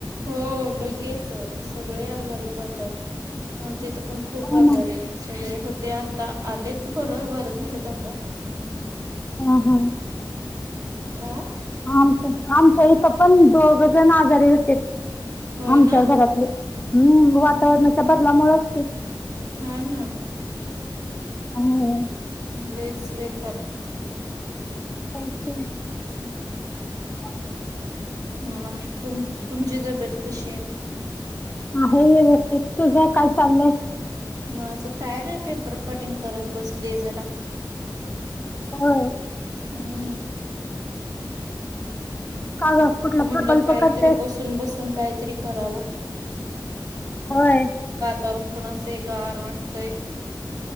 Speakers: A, on the right; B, on the left.
A: हो लगेच सगळे आजारे पडतात आमचे इथ. पण खूप
B: हो
A: आजार
B: ना.
A: सगळे हो. ते आता आलेच बरं बर झालेत आता
B: हा हा.
A: आ
B: आमच्या आमच्या इथं पण दोघ जण आजारी होते.
A: होय
B: आमच्या
A: ना
B: घरातले हम्म
A: हम्म,
B: वातावरणाच्या बदलामुळेचते
A: हा ना.
B: हो.
A: लेच वेकर
B: अचछा.
A: ह.
B: हा.
A: हम मग तुम तुमची तब्येत कशी आहे.
B: आहे व्यवस्थित तुझ काय चाललंय.
A: माझं काय नाही पेपर कटिंग करत बसले जरा
B: हो.
A: हम्म.
B: का ग कुठला
A: म्हटलं
B: प्रकल्प
A: काहीतरी
B: करतेस?
A: बसून बसून काहीतरी करावं.
B: होय.
A: तरुण पण असे गार वाटतय.